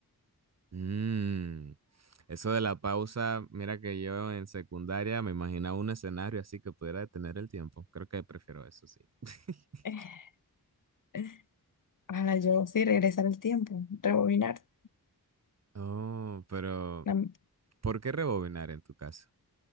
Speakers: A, on the right (about 45°); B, on the left (about 55°).
A: Mm, Eso de la pausa, mira que yo en secundaria me imaginaba un escenario así que pudiera detener el tiempo. Creo que prefiero eso, sí. <laughs>
B: <sighs> <laughs> Ah, yo sí, regresar el tiempo, rebobinar.
A: Oh, pero
B: No,
A: ¿por qué rebobinar en tu caso?